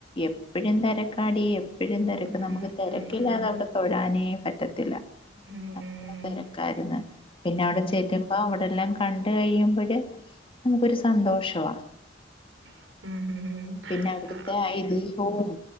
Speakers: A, on the left; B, on the right.
A: എപ്പഴും തിരക്കാടി എപ്പഴും തിരക്ക്
B: ഉം
A: നമ്മുക്ക് തിരക്കില്ലാതെ
B: ഉം ഉം.
A: അവിടെ തൊഴാനെ പറ്റത്തില്ല
B: ഉം
A: നല്ല
B: ഉം.
A: തിരക്കായിരുന്ന് പി പിന്നവിടെ ചെല്ലുമ്പോ അവിടെല്ലാം കണ്ട്കഴിയുമ്പഴ് നമ്മുക്കൊരു സന്തോഷവാ
B: എല്ലാം
A: പിന്നെ അവിടുത്തെ ഐതീഹ്യവും